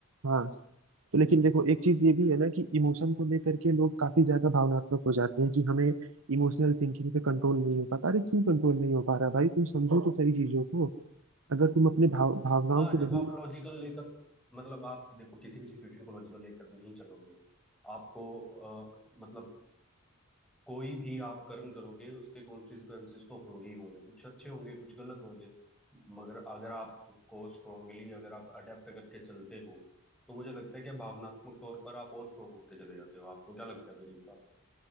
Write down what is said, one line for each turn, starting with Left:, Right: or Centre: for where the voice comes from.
Right: हाँ तो लेकिन देखो एक चीज ये भी है ना कि इमोशन को लेकर के लोग काफी ज्यादा भावनात्मक हो जाते हैं कि हमें इमोशनल थिंकिंग पे कंट्रोल नहीं हो पाता अरे क्यों कंट्रोल नहीं हो पा रहा भाई तुम समझो तो सही चीजों को अगर तुम अपने भाव भावनाओं
Centre: हाँ
Right: को
Centre: जब
Right: नहीं
Centre: आप लॉजिकल लेकर मतलब आप देखो किसी भी सिचुएशन को लॉजिकल लेकर नहीं चलोगे आपको अ, मतलब कोई भी आप कर्म करोगे उसके कॉन्सिक्वेंसेस तो होंगे ही होंगे कुछ अच्छे होंगे कुछ गलत होंगे मगर अगर आप उसको स्ट्रोंगली अगर आप अडेप्ट करके चलते हो तो मुझे लगता है कि भावनात्मक तौर पर आप और स्ट्रोंग होते चले जाते हो आपको क्या लगता है मेरी इस बात पे